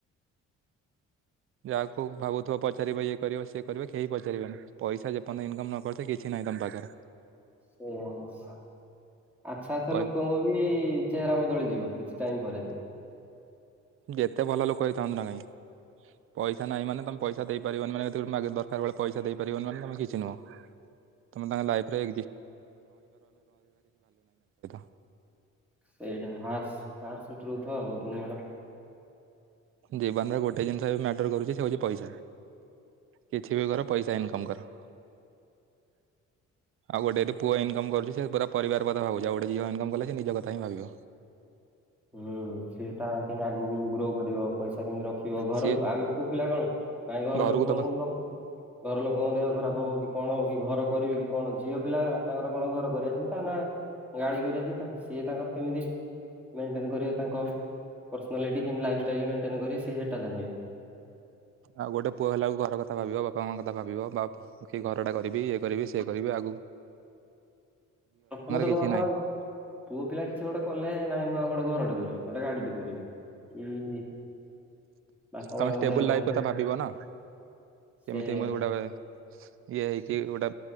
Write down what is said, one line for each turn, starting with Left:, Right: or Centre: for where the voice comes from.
Right: ଯାହାକୁ ଭାବୁଥିବ ପଚାରିବ ଇଏ କରିବ ସିଏ କରିବ କେହି ପଚାରିବେନି। ପଇସା ଯେପର୍ନ୍ତ ଇନକମ୍ ନ କରିଚ କିଛି ନାହିଁ ତମ ପାଖରେ।
Centre: ସେଇାଆ ଆଚ୍ଛା ତାହେଲେ
Right: ପ
Centre: କଉ ବି ଚେହରା ବଦଳିଯିବ କିଛି ଟାଇମ ପରେ।
Right: ଯେତେ ଭଲ ଲୋକ ହେଇଥାନ୍ତୁ ନା କାଇଁ ପଇସା ନାହିଁ ମାନେ ତମେ ପଇସା ଦେଇପାରିବନି ମାନେ ଯେତେବେଳକୁ ମାଗବୁ ଦଶ କାରବେଳେ ପଇସା ଦେଇପାରିବନି ମାନେ ତମେ କିଛି ନୁହଁ ତମେ ତାଙ୍କ ଲାଇଫରେ <unintelligible>
Centre: <unintelligible>
Right: ଜୀବନରେ ଗୋଟେ ଜିନିଷ ଏବେ <unintelligible> କରୁଚି ସେ ହଉଚି ପଇସା। କିଛି ବି କର ପଇସା ଇନକମ୍ କର। ଆଉ ଗୋଟେ ପୁଅ ଇନକମ୍ କରୁଚି ସେ ପୁରା ପରିବାର କଥା ଭାବୁଛି ଆଉ ଗୁଟେ ଝିଅ ଇନକମ୍ କଲେ ସେ ନିଜ କଥା ହି ଭାବିବ।
Centre: ହୁଁ ସେ ତା କିନ୍ଦି ଆଗକୁ ଗ୍ରୋ କରିବ। ପଇସା କେମିତି ରଖିବ ଘର
Right: ସିଏ
Centre: ଆମେ ପୁଅ ପିଲା କଣ କାଇ ଘର
Right: ଘରକୁ
Centre: ଲୋକଙ୍କୁ
Right: ତ
Centre: ରଖି ଘର ଲୋକଙ୍କ ଦେହ ଖରାପ ହବ କି କଣ ହବ କି ଘର କରିବି କି କଣ ଝିଅ ପିଲା ତାଙ୍କର କଣ ଘର କରିବା ଚିନ୍ତା ନା ଗାଡି କରିବା ଚିନ୍ତା ସିଏ ତାଙ୍କର କେମିତି ମେଣ୍ଟେନ କରିବେ ତାଙ୍କ ପର୍ସନାଲିଟି କି ଲାଇଫ୍ ଷ୍ଟାଇଲ୍ ମେଣ୍ଟେନ କରିବ ସେ ସେଟା ଚାହିଁବେ।
Right: ଆଉ ଗୋଟେ ପୁଅ ହେଲାକୁ ଘର କଥା ଭାବିବ ବାପା ମାଙ୍କ କଥା ଭାବିବ ବା କି ଘର ଟା କରିବି ଇଏ କରିବି ସେ କରିବି ଆଗ
Centre: ପ୍ରଥମେ ତ
Right: କିଛି
Centre: ଘର
Right: ନାହିଁ
Centre: ଆଉ। ପୁଅ ପିଲା କିଛି ଗୋଟେ କଲେ ନାହିଁ ମୁଁ ଆଉ ଗୋଟେ ଘରଟେ କରିବି ଗୋଟେ ଗାଡିଟେ କରିବି କି ବାପା
Right: ତମେ
Centre: ମାଙ୍କ
Right: ଷ୍ଟେବୁଲ
Centre: ଦେହ ଖରାପ
Right: ଲାଇଫ
Centre: ହେଲେ
Right: କଥା ଭାବିବ ନା କେମିତି
Centre: ସେଇଆ
Right: ମୁଇ ଗୋଟେ ଏ ଇଏ ହେଇକି ଗୋଟେ